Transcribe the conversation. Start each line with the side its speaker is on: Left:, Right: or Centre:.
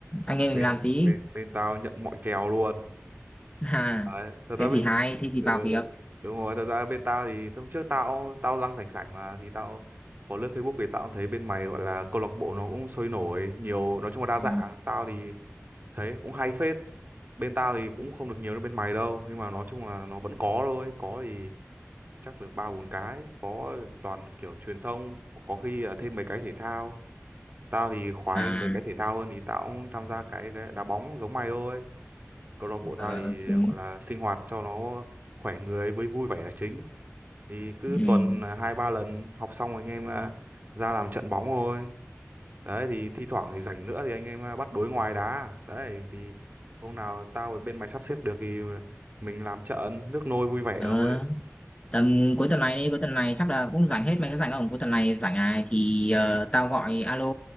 Left: anh em
Right: bên
Left: mình làm tí
Right: bên bên tao nhận mọi kèo luôn
Left: <laughs> à
Right: đấy, thật ra
Left: thế
Right: bên
Left: thì hay thế thì
Right: ừ,
Left: vào việc
Right: đúng rồi thật ra bên tao thì hôm trước tao tao lăng sảnh sảnh mà thì tao có lướt Facebook thì tao cũng thấy bên mày gọi là câu lạc bộ nó cũng sôi nổi nhiều nói chung là đa
Left: ừ.
Right: dạng tao thì thấy cũng hay phết bên tao thì cũng không được nhiều như bên mày đâu nhưng mà nói chung là nó vẫn có thôi có thì chắc được ba bốn cái có toàn kiểu truyền thông có khi là thêm mấy cái thể thao tao thì khoái
Left: à
Right: mấy cái thể thao hơn thì tao cũng tham gia cái, cái đá bóng giống mày thôi câu lạc bộ ta
Left: ờ,
Right: thì
Left: ừ.
Right: gọi là sinh hoạt cho nó khỏe người với vui vẻ là chính thì cứ
Left: Ừ.
Right: tuần là hai ba lần học xong anh em à, ra làm trận bóng thôi đấy thì thi thoảng thì rảnh nữa thì anh em à, bắt đối ngoài đá đấy thì hôm nào tao ở bên mày sắp xếp được thì mình làm trận nước nôi vui vẻ
Left: Ờ,
Right: thôi
Left: tầm cuối tuần này đi cuối tuần này chắc là cũng rảnh hết mày có rảnh không cuối tuần này rảnh này thì
Right: ừ,
Left: ờ, tao gọi alo